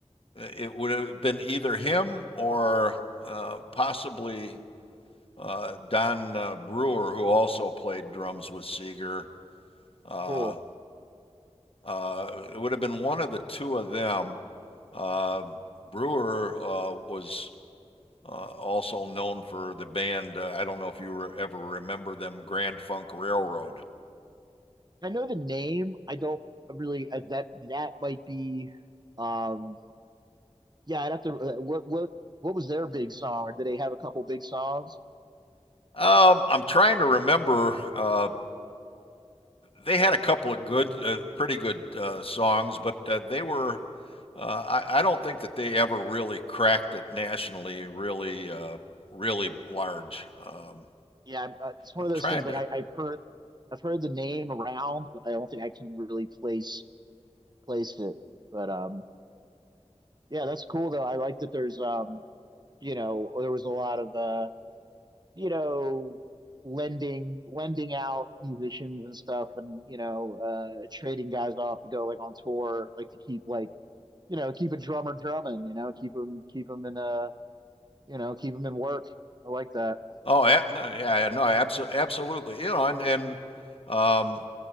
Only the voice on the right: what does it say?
cool
i know the name i don't really uh, that that might be um yeah i'd have to uh, what what what was their big song or did they have a couple big songs
yeah, uh, it's one
of those
things.
Like I, I've heard, I've heard the name around, but I don't think I can really place place it. But um, yeah, that's cool though. I like that there's um, you know, there was a lot of uh, you know, lending lending out musicians and stuff, and you know, uh, trading guys off to go like on tour, like to keep like you know, keep a drummer drumming, you know, keep him keep him in uh, you know, keep him in work. I like that.